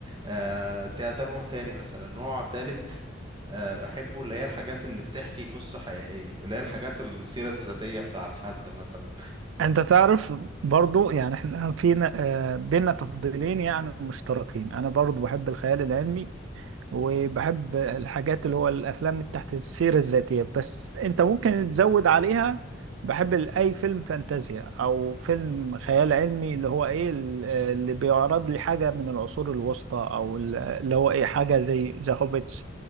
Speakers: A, on the right (about 25°); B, on the right (about 75°).
A: آه، ده ده نوع تاني مثلا نوع تالت آه، بحبه اللي هي الحاجات اللي بتحكي قصة حقيقية اللي هي الحاجات السيرة الذاتية بتاعت حد مثلا
B: انت تعرف برضو يعني احنا فينا آه، بينا تفضيلين يعني مشتركين انا برضو بحب الخيال العلمي وبحب الحاجات اللي هو الافلام تحت السيرة الذاتية بس انت ممكن تزود عليها بحب ال- اي فيلم فانتازيا او فيلم خيال علمي اللي هو ايه ال- اللي بيعرض لي حاجة من العصور الوسطى او ال- اللي هو ايه حاجة زي ذا هوبيتس